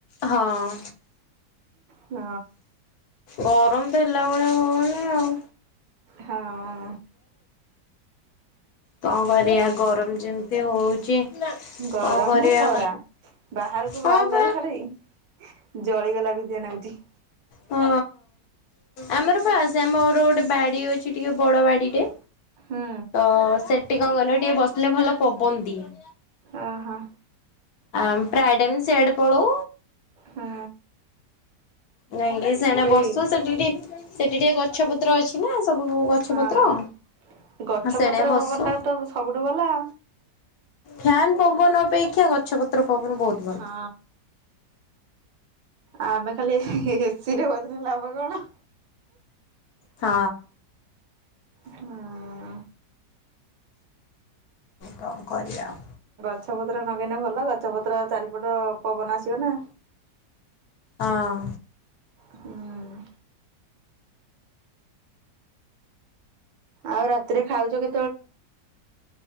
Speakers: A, on the left; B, on the right.
A: ହଁ।
B: ହଁ।
A: ଗରମ ତ ହେଲା ଭଳିଆ ହଉନି ଆଉ।
B: ହଁ।
A: କଣ କରିଆ ଗରମ ଯେମିତି ହଉଛି। କଣ
B: ଗରମ
A: କରିବା
B: କୁ ଖରା, ବାହାରକୁ
A: ହଁ
B: ବାହାରିଲାା
A: ପା।
B: ବେଳକୁ ଖାଲି ଜଳିଗଲା ମିତିଆ ନାଗୁଛି।
A: ହଁ। ଆମର ବାସ ଆମର ଗୋଟେ ବାଡି ଅଛି ଟିକେ ବଡ ବାଡି ଟେ
B: ହୁଁ
A: ତ ସେଠି କଣ ଗଲେ ଟିକେ ବସିଲେ ଭଲ ପବନ ଦିଏ।
B: ଅ ହ।
A: ଆମ୍ ପ୍ରାୟେ ଟାଇମ୍ ସିଆଡେ ପଳାଉ।
B: ହୁଁ
A: ଯାଇଙ୍କି ଟିକେ ସାଡେ
B: ସେଇ
A: ବସୁ, ସେଠି ଟିକେ ସେଠି ଟିକେ ଗଛ ପତ୍ର ଅଛି ନା। ସବୁ ଗଛ
B: ହଁ।
A: ପତ୍ର।
B: ଗଛ
A: ସେଣେ
B: ପତ୍ର
A: ବସୁ
B: ପବନ ଟା ତ ସବୁଠୁ ଭଲ।
A: ଫ୍ୟାନ ପବନ ଅପେକ୍ଷା ଗଛ ପତ୍ର ପବନ ବହୁତ ଭଲ।
B: ହଁ। ଆମେ ଖାଲି ଏ ସି, ଏ ସି ରେ ବସିଲେ ଲାଭ କଣ?
A: ହଁ।
B: ହଁ।
A: କଣ କରିଆ ଆଉ।
B: ଗଛ ପତ୍ର ନଗେଇଲେ ଭଲ, ଗଛ ପତ୍ର ଚାରିପଟ ପବନ ଆସିବ ନା।
A: ହଁ।
B: ହୁଁ। ଆଉ ରାତିରେ ଖାଉଛ କେ